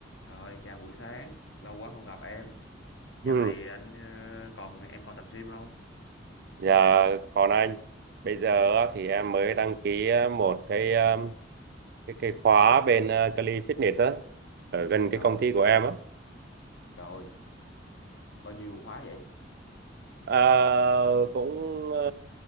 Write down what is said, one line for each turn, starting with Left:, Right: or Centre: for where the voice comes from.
Left: Rồi, chào buổi sáng. Lâu quá không gặp em. Dạo
Right: Ừ,
Left: này anh ờ, còn em còn tập gym không?
Right: Dạ còn anh bây giờ á, thì em mới đăng ký ờ, một cái ờ, cái cái khóa bên ờ, Cali Fitness á ở gần cái
Left: trời
Right: công ty của em á
Left: trời ơi, bao nhiêu khóa vậy
Right: Ờ, cũng ờ,